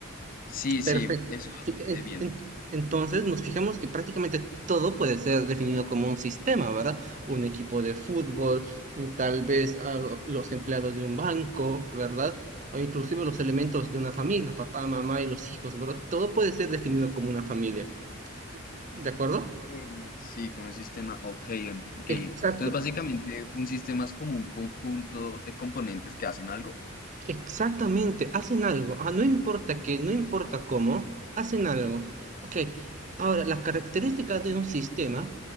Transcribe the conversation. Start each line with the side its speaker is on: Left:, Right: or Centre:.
Left: Sí, sí,
Right: Perfecto.
Left: eso
Right: Sí, en-
Left: es bien.
Right: en- Entonces nos fijamos que prácticamente todo puede ser definido como un sistema, ¿verdad? Un equipo de fútbol, mm, tal vez a lo- los empleados de un banco, ¿verdad? O inclusive los elementos de una familia, papá, mamá y los hijos, ¿verdad? Todo puede ser definido como una familia, ¿de acuerdo?
Left: Ok, Sí, como un sistema, ok, en- ok. Entonces,
Right: Exacto,
Left: básicamente, un sistema es como un conjunto de componentes que hacen algo.
Right: exactamente, hacen algo. Ah, no importa qué, no importa cómo, hacen algo. Ok, ahora, las características de un sistema